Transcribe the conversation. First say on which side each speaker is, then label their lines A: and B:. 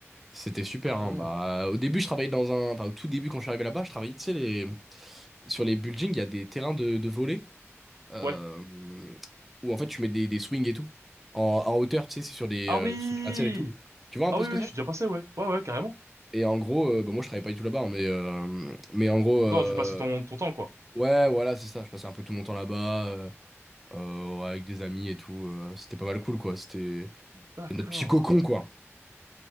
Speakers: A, in the centre; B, on the right.
A: c'était super,
B: Incroyable.
A: hein. Bah, au début, je travaillais dans un... Enfin, au tout début, quand je suis arrivé là-bas, je travaillais, tu sais, les... sur les buildings, il y a des terrains de, de volley, euh,
B: Ouais.
A: où en fait, tu mets des, des swings et tout, en, en hauteur, tu sais, c'est sur des,
B: Ah
A: euh,
B: oui,
A: sur des gratte-ciel et tout. Tu vois un
B: ah
A: peu
B: oui
A: ce que
B: oui
A: c'est?
B: je suis déjà passé ouais ouais ouais carrément.
A: Et en gros, euh, bah, moi, je travaillais pas du tout là-bas, hein, mais, euh, mais en gros... euh,
B: Non tu passais ton ton temps quoi.
A: Ouais, voilà, c'est ça. Je passais un peu tout mon temps là-bas. euh, euh, ouais, avec des amis et tout. euh, c'était pas mal cool, quoi. C'était
B: D'accord.
A: c'était notre petit cocon, quoi.